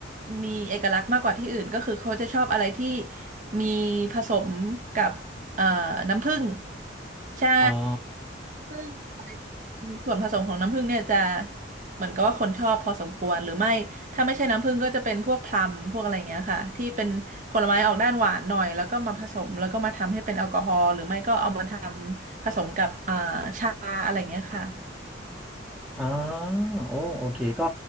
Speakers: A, on the right (about 45°); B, in the centre.
A: มีเอกลักษณ์มากกว่าที่อื่นก็คือเขาจะชอบอะไรที่มีผสมกับเอ่อน้ำผึ้ง
B: <laughs>
A: ใช่
B: อ๋อ
A: ซึ่งอะไรที่ส่วนผสมของน้ำผึ้งเนี่ยจะเหมือนกับว่าคนชอบพอสมควรหรือไม่ถ้าไม่ใช่น้ำผึ้งก็จะเป็นพวกพลัมพวกอะไรอย่างเงี้ยค่ะที่เป็นผลไม้ออกด้านหวานหน่อยแล้วก็มาผสมแล้วก็มาทำให้เป็นแอลกอฮอล์หรือไม่ก็เอามาทำผสมกับอ่าชาอะไรอย่างเงี้ยค่ะ
B: อ๋อโอ้โอเคก็